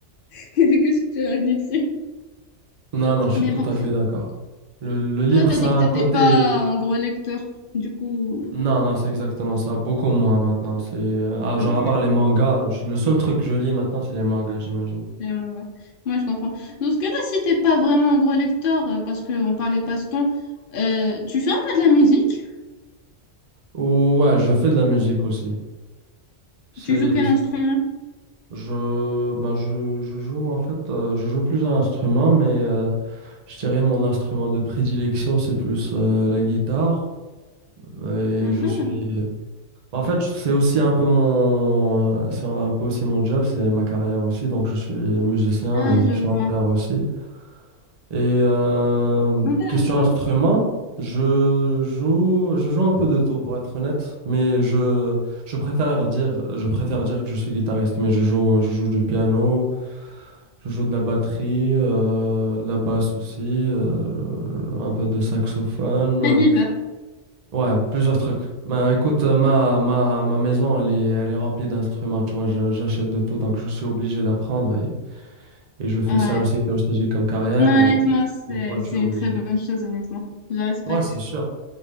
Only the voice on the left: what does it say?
<laughs> Et du coup, je suis revenue dessus.
Mais
bon.
Toi, t'as
dit que t'étais
pas un gros lecteur. Du coup,
ouais,
c'est bon, ouais. Moi, je comprends. Dans ce cas-là, si t'es pas vraiment un gros lecteur, euh, parce qu'on parlait passe-temps, euh, tu fais un peu de la musique?
Tu joues quel instrument?
Mhm.
Ah,
je
vois.
Intéressant.
Très divers.
Ouais.
Non,
honnêtement, c'est,
c'est
une très bonne chose, honnêtement. Je respecte.